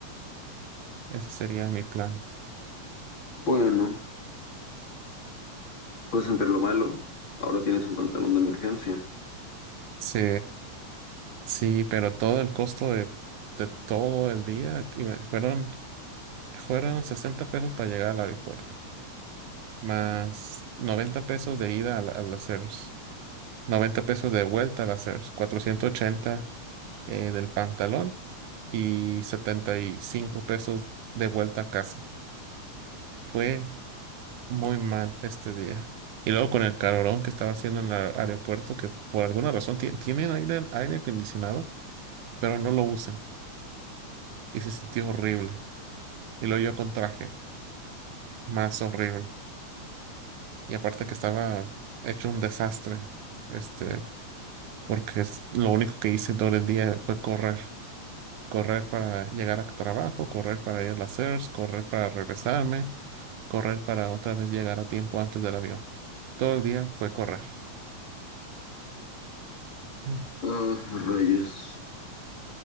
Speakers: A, on the right (about 85°); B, on the left (about 40°).
A: Ese sería mi plan.
B: Bueno, pues entre lo malo, ahora tienes un pantalón de emergencia.
A: Sí, sí, pero todo el costo de, de todo el día y me- fueron, fueron 60 pesos para llegar al aeropuerto, más 90 pesos de ida a, la- a las CERS, 90 pesos de vuelta a las C E Rs, 480. eh, del pantalón y 75 pesos de vuelta a casa. Fue muy mal este día. Y luego con el calorón que estaba haciendo en el aer- aeropuerto, que por alguna razón ti- tienen aire, aire acondicionado, pero no lo usan. Y se sintió horrible. Y luego yo con traje, más horrible. Y aparte que estaba hecho un desastre, este, porque es- lo único que hice todo el día fue correr. Correr para llegar a trabajo, correr para ir a las CERS, correr para regresarme correr para otra vez llegar a tiempo antes del avión. Todo el día fue correr. Mm.
B: Ah, rayos.